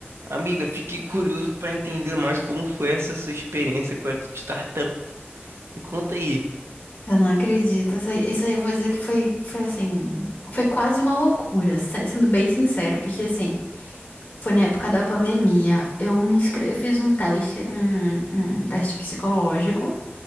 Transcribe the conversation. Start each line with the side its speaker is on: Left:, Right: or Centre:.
Right: Amiga, fiquei curioso para entender mais como foi essa sua experiência com a startup. Me conta aí.
Left: Eu não acredito. Isso aí, isso aí eu vou dizer que foi, foi assim, foi quase uma loucura, se- sendo bem sincero, porque assim, foi na época da pandemia. Eu me inscrevi, fiz um teste, um, um teste psicológico